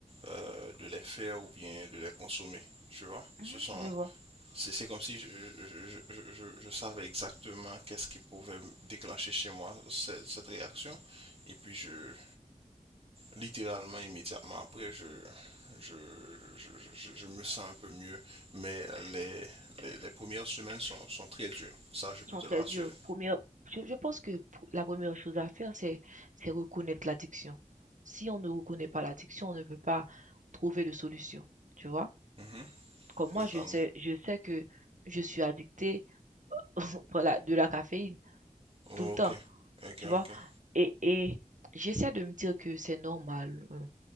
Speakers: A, on the right; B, on the right.
A: euh, de les faire ou bien de les consommer. Tu vois?
B: Mhm,
A: Ce sont,
B: je vois.
A: c'est comme si je, je, je, je, je- je savais exactement qu'est-ce qui pouvait déclencher chez moi cette, cette réaction. Et puis je, littéralement, immédiatement après, je, je, je, je, je me sens un peu mieux. Mais les, les, les premières semaines sont, sont très dures. Ça, je peux
B: Ils sont
A: te
B: très
A: l'assurer.
B: durs. Première, je, je pense que pour- la première chose à faire, c'est, c'est reconnaître l'addiction. Si on ne reconnaît pas l'addiction, on ne peut pas trouver de solution. Tu vois?
A: Mhm,
B: Comme moi,
A: totalement.
B: je sais, je sais que je suis addictée <laughs> par la- de la caféine
A: Ok,
B: tout le temps.
A: ok,
B: Tu vois?
A: ok.
B: Et, et j'essaie de me dire que c'est normal. euh,